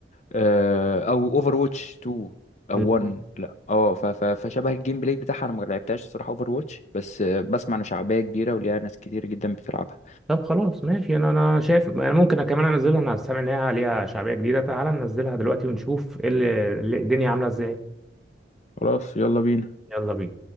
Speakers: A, on the left (about 40°); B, in the centre.
A: آه، او اوفر واتش 2 او
B: مم.
A: 1 لا اه ف- ف- فشبه الجيم بلاي بتاعها انا ما لعبتهاش الصراحه اوفر واتش بس آه، بسمع ان شعبيه كبيره وليها ناس كتير جدا بتلعبها
B: طب خلاص ماشي انا انا شايف انا ممكن كمان انزلها انا سامع ان هي ليها شعبية جديدة تعالى ننزلها دلوقتي ونشوف ايه اللي اللي- الدنيا عاملة ازاي
A: خلاص يلا بينا
B: يلا بينا